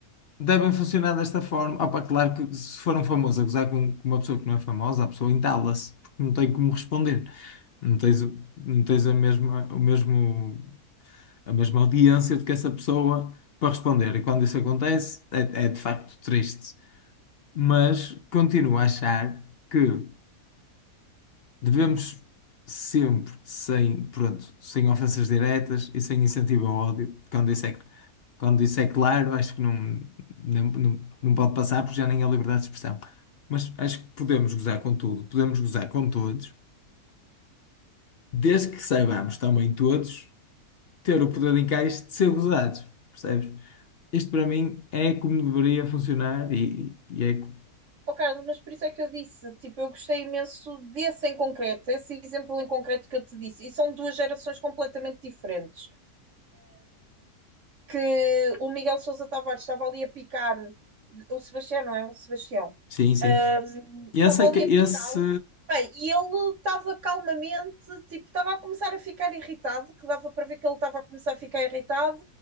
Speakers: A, on the left; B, on the right.
A: devem funcionar desta forma. Opa, claro que se for um famoso a gozar com, com uma pessoa que não é famosa, a pessoa entala-se, porque não tem como responder. Não tens, o- não tens a mesma, o mesmo. a mesma audiência do que essa pessoa para responder. E quando isso acontece, é, é de facto triste. Mas continuo a achar que devemos sempre, sem, pronto, sem ofensas diretas e sem incentivo ao ódio, quando isso é, quando isso é claro, acho que não, não, não, não pode passar porque já nem há liberdade de expressão. Mas acho que podemos gozar com tudo, podemos gozar com todos, desde que saibamos também todos. ter o poder de encaixe de ser gozados, percebes? Isto para mim é como deveria funcionar e, e é. co-
B: Oh, Carlos, mas por isso é que eu disse, tipo, eu gostei imenso desse em concreto, esse exemplo em concreto que eu te disse. E são duas gerações completamente diferentes. que o Miguel Sousa Tavares estava ali a picar, o Sebastião, não é? O Sebastião.
A: Sim, sim.
B: Sim,
A: Esse
B: estava
A: é
B: ali
A: que. Esse.
B: a picá-lo. Bem, e ele estava calmamente, tipo, estava a começar a ficar irritado, que dava para ver que ele estava a começar a ficar irritado,